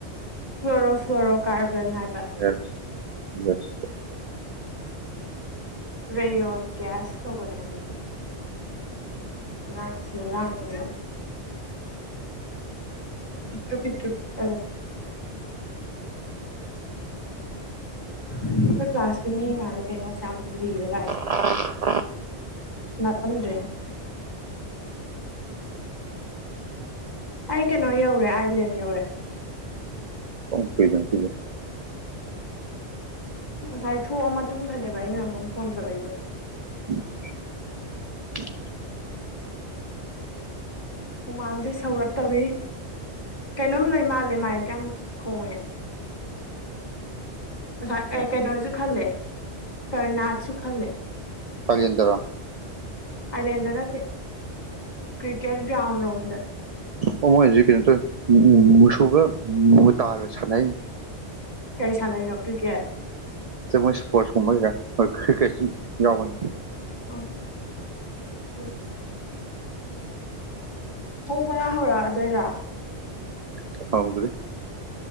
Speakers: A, on the left; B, on the right.
A: ꯀꯂꯣꯔꯣꯐꯂꯣꯔꯣ ꯀꯥꯔꯕꯟ ꯍꯥꯏꯕ
B: <unintelligible>
A: ꯔꯩꯌꯣꯟ ꯒ꯭ꯌꯥꯁ ꯀꯧꯕꯅꯦ ꯑꯗꯨꯗꯤ ꯑꯉꯥꯡꯁꯤꯒ ꯂꯥꯡꯉꯤꯖꯤꯌꯣꯡ ꯄꯤꯛꯇ꯭ꯔꯨ-ꯄꯤꯛꯇ꯭ꯔꯨ ꯄꯤꯛꯑꯒ ꯑꯩꯈꯣꯏ ꯀ꯭ꯂꯥꯁꯀꯤ ꯃꯤ ꯃꯥꯜꯂꯦ ꯀꯩꯅꯣ ꯑꯁꯌ꯭ꯥꯝ ꯂꯤꯔ ꯂꯥꯛ-
B: <inaudible>
A: ꯅꯥꯠꯂꯝꯗꯔ꯭ꯦ ꯑꯩ ꯀꯅꯣ ꯌꯧꯔꯦ ꯑꯥꯏꯂꯦꯟ ꯌꯧꯔꯦ
B: ꯊꯣꯡ ꯊꯨꯏꯗ ꯉꯁꯤꯗꯤ
A: ꯉꯁꯥꯏ ꯊꯣꯛꯑ ꯃꯇꯨꯡꯗꯅꯦꯕ ꯑꯩꯅ ꯅꯪꯉꯣꯟ ꯐꯣꯟ ꯇꯧꯔꯛꯏꯗꯣ
B: <inaudible>
A: ꯍꯨꯃꯥꯡꯖꯦ ꯁꯧꯔꯞ ꯇꯧꯏ- ꯀꯩꯅꯣꯝ ꯂꯩ ꯃꯥꯜꯂꯦ ꯃꯥꯏꯀ ꯌꯥꯝ ꯈꯣꯡꯉꯦ ꯉꯁꯥꯏ ꯑꯦ ꯀꯩꯅꯣꯖꯨ ꯈꯜꯂꯦ ꯀꫪꯅꯥꯠꯁꯨ ꯈꯜꯂꯦ
B: ꯑꯥꯥꯏꯂꯦꯟꯗꯔꯣ
A: ꯑꯥꯏꯂꯦꯟꯗ ꯅꯠꯇꯦ ꯀ꯭ꯔꯤꯀꯦꯠ ꯒ꯭ꯔꯥꯎꯟ ꯔꯣꯝꯗ
B: ꯑꯣ ꯃꯣꯏ ꯍꯧꯖꯤ ꯀꯩꯅꯤ ꯇꯧꯏ ꯃꯨꯁꯨꯒ ꯃꯣꯇꯥꯒ ꯁꯥꯅꯩꯝ
A: ꯀꯩ ꯁꯥꯟꯅꯩꯅꯣ ꯀ꯭ꯔꯤꯀꯦꯠ
B: ꯃꯣꯏ ꯏꯁꯄꯣꯔꯠꯁ <unintelligible> ꯌꯥꯎꯕꯅꯤ
A: ꯎꯝ ꯗꯨꯒꯤ ꯍꯧꯕꯔ ꯍꯧꯔꯛꯑꯗꯣꯏꯔꯥ
B: <unintelligible>